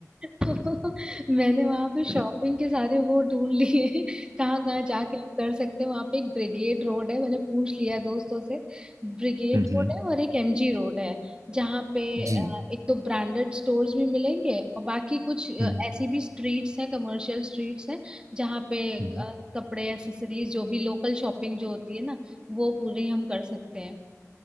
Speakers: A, on the right; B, on the right.
A: <laughs> तो मैंने वहां पे
B: हम्म
A: शॉपिंग के सारे वो ढूंढ लिए कहाँ कहाँ जाके हम कर सकते हैं वहां पे एक ब्रिगेड रोड है मैंने पूछ लिया दोस्तों से ब्रिगेड
B: <laughs>
A: रोड है और एक एमजी रोड है जहाँ पे
B: जी
A: अ, एक तो ब्रांडेड स्टोर्स भी मिलेंगे और बाकी कुछ अ,
B: हम्म
A: ऐसी भी स्ट्रीट्स हैं कमर्शियल स्ट्रीट्स हैं जहाँ पे अ,
B: हम्म।
A: कपड़े एसेसरीज जो भी लोकल शॉपिंग जो होती है ना वो पूरे हम कर सकते हैं